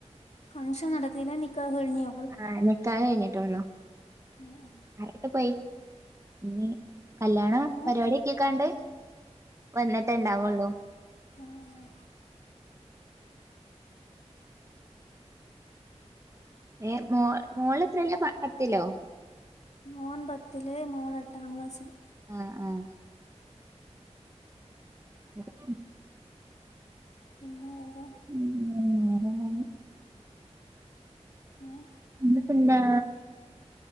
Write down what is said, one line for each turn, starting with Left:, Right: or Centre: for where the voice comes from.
Left: ഫംഗ്ഷൻ നടത്തിനോ നിക്കാഹ് കഴിഞ്ഞോ
Right: ആഹ് നിക്കാഹ് കഴിഞ്ഞിട്ടോള്ളൂ
Left: ഉം ഉം
Right: മെഹറിട്ട് പോയി ഇനി കല്യാണം
Left: ഓ
Right: പരിപാടി ഒക്കെയെക്കാണ്ട് വന്നിട്ടെ ഉണ്ടാവുള്ളൂ
Left: ആഹ്
Right: ഏഹ് മോളെത്രേലാ പത്തിലോ
Left: മോൻ പത്തില് മോള് എട്ടാം ക്ലാസില്
Right: ആഹ് ആഹ് <inaudible>
Left: പിന്നെ വേറെ
Right: ഉം ഉം നേരന്നെ
Left: ഏഹ്
Right: നമ്മളിപ്പെന്താ